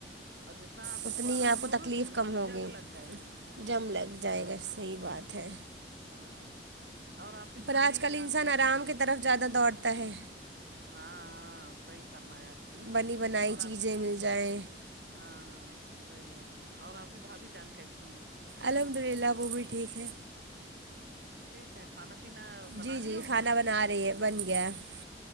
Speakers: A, on the right; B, on the right.
A: اور جتنا آپ
B: اتنی
A: اس کو
B: ہی
A: آرام
B: آپ
A: دو گے
B: تکلیف کم
A: اس میں
B: ہوگی
A: جنگ لگ جائے گی
B: جم لگ جائے
A: ہاں
B: گا صحیح بات ہے
A: ہاں اور آپ کی
B: پر
A: بھابھی
B: آج کل
A: جان
B: انسان
A: کیسی
B: آرام
A: ہے
B: کی طرف زیادہ دوڑتا ہے
A: ہاں ہاں صحیح فرمایا آپ نے
B: بنی بنائی
A: اور
B: چیزیں
A: آپ کی
B: مل جائیں
A: ہاں صحیح ہے اور آپ کی بھا بھی جان کیسی ہے
B: الحمد للہ وہ بھی ٹھیک ہے
A: ٹھیک ہے کھانا پینا بنا
B: جی جی
A: لیا انہوں
B: کھانا
A: نے ابھی
B: بنا رہی ہے بن گیا ہے